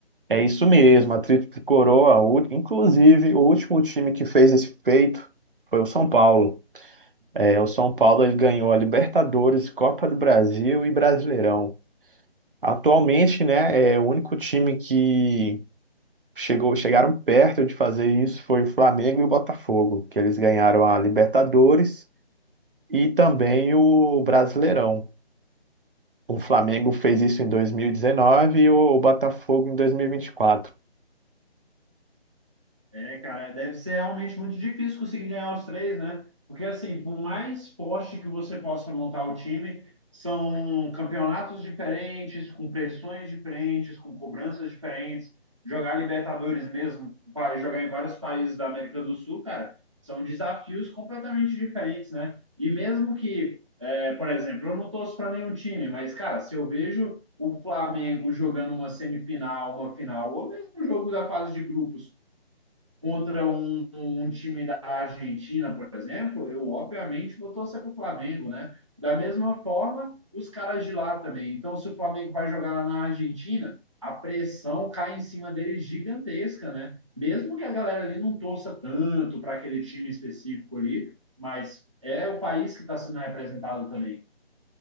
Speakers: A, on the right; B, on the right.
A: É isso mesmo, a Tríplice Coroa, o- inclusive o último time que fez esse feito foi o São Paulo. É, o São Paulo ele ganhou a Libertadores, Copa do Brasil e Brasileirão. Atualmente, né, é o único time que chegou, chegaram perto de fazer isso foi o Flamengo e o Botafogo, que eles ganharam a Libertadores e também o Brasileirão. O Flamengo fez isso em 2019 e dezenove e o Botafogo em 2024.
B: É, cara, deve ser realmente muito difícil conseguir ganhar os três, né? Porque, assim, por mais poste que você possa montar o time, são campeonatos diferentes, com pressões diferentes, com cobranças diferentes. Jogar Libertadores mesmo, pa- jogar em vários países da América do Sul, cara, são desafios completamente diferentes, né? E mesmo que, é, por exemplo, eu não torço para nenhum time, mas, cara, se eu vejo o Flamengo jogando uma semifinal, uma final, ou mesmo o jogo da fase de grupos contra um, um time da Argentina, por exemplo, eu obviamente vou torcer para o Flamengo, né? Da mesma forma, os caras de lá também. Então, se o Flamengo vai jogar lá na Argentina, a pressão cai em cima dele gigantesca, né? Mesmo que a galera ali não torça tanto para aquele time específico ali, mas é o país que está sendo representado também.